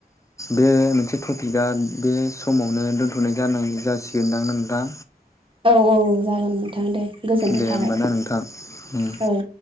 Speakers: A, on the left (about 20°); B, on the right (about 35°).
A: बे मोनसे टपिकआ बे समावनो दोनथ'नाय जासिगोनदां नोंथां
B: औ औ जागोन नोंथां दे गोजोननाय
A: दे
B: थाबाय
A: होमबाना नोंथां उम
B: औ।